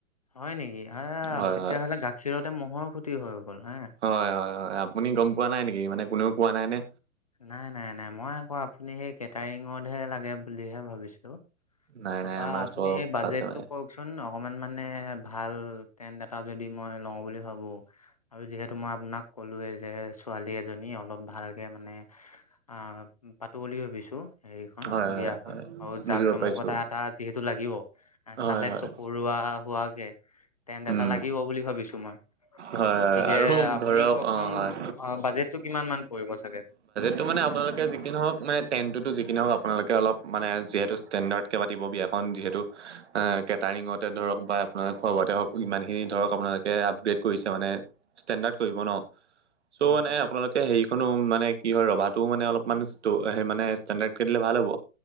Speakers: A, on the left; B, on the right.
A: হয়, নেকি? আ
B: হয়
A: তেতিয়াহ'লে গাখীৰতে মহ'ৰ খুটি হৈ গ'ল হা
B: হয়, হয়, হয়। আপুনি গম পোৱা নাই নেকি মানে কোনেও কোৱা নাই নে?
A: নাই, নাই, নাই। মই আকৌ আপুনি সেই কেটাৰিঙতহে লাগে বুলিহে ভাবিছিলোঁ।
B: নাই
A: তাপা
B: নাই আমাৰ
A: আপুনি
B: চব
A: সেই বাজেট
B: আছে মানে
A: টো কক চোন অকমান মানে ভাল টেণ্ট এটা যদি মই লওঁ বুলি ভাবো। আৰু যিহেতু মই আপোনাক ক'লোৱে যে ছোৱালী এজনী অলপ ভালকে মানে অ' পাতো বুলি ভাবিছো হেৰিখন
B: হয় হয়
A: বিয়াখন
B: হয়
A: আৰু জাক
B: বুজিব
A: জমকতা
B: পাইছো
A: এটা। যিহেতু লাগিব চালে
B: হয় হয়
A: চকুৰোৱা হোৱাকে টেণ্ট
B: উম
A: এটা লাগিব বুলি ভাবিছো মই।
B: হয়
A: গতিকে
B: হয় আৰু
A: আপুনি
B: ধৰক
A: কওকচোন
B: অ হয়
A: বাজেটটো কিমান মান পৰিব চাগে।
B: ত মানে আপোনালোকে যি হওঁক মানে টেন তো যি হওক আপোনোকে অলপ মানে যিহেতু ষ্টেণ্ডাৰড কে পাতিব বিয়াখন যিহেতু অ কেটাৰিঙতে ধৰক বা আপোনাৰ খোৱা-বোৱাতে হওঁক। ইমানখিনি ধৰক আপোনালোকে আপগ্ৰেড কৰিছে মানে ষ্টেণ্ডাৰ্ড কৰিব ন চ'
A: উম
B: মানে
A: উম
B: আপোনাকে কে হেৰিখনো মানে কি হয় ৰভাটোও মানে অলপমান ষ্ট মানে ষ্টেণ্ডাৰ্ড কৰি দিলে ভাল হ'ব।